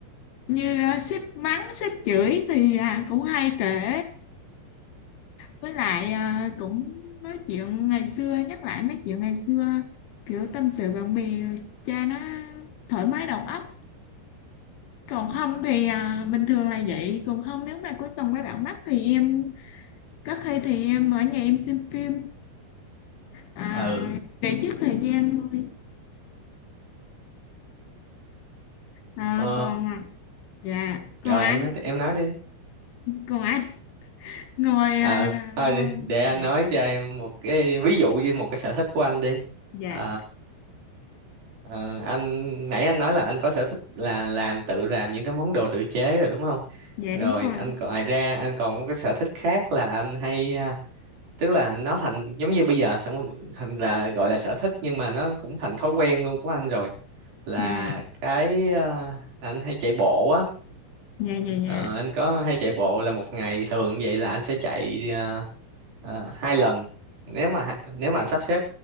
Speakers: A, on the left; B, on the right.
A: như à, sếp mắng sếp chửi thì à, cũng hay kể với lại à, cũng nói chuyện ngày xưa nhắc lại mấy chuyện ngày xưa kiểu tâm sự bạn bè cha nó thoải mái đầu óc còn không thì à, bình thường là vậy còn không nếu mà cuối tuần mấy bạn mắc thì em Rất khi thì em ở nhà em xem phim à,
B: ừ
A: để giết thời gian thôi. À,
B: ờ,
A: còn à, dạ còn
B: rồi
A: anh
B: em nói em nói đi
A: còn anh ngồi
B: ờ
A: à,
B: thôi
A: ngồi
B: đi để anh
A: dạ
B: nói cho em một cái ví dụ về một cái sở thích của anh đi
A: dạ
B: à, ờ, anh nãy anh nói là anh có sở thích là làm tự làm những cái món đồ tự chế rồi đúng không
A: dạ
B: rồi
A: đúng rồi
B: anh còn ngoài ra anh còn có cái sở thích khác là anh hay à, tức là nó thành giống như bây giờ xong rồi thành là gọi là sở thích nhưng mà nó cũng thành thói quen luôn của anh rồi là
A: dạ
B: cái à, anh hay chạy bộ
A: dạ dạ
B: Ờ,
A: dạ
B: anh có hay chạy bộ là một ngày thường vậy là anh sẽ chạy ờ, ờ, hai lần nếu mà ha- nếu mà anh sắp xếp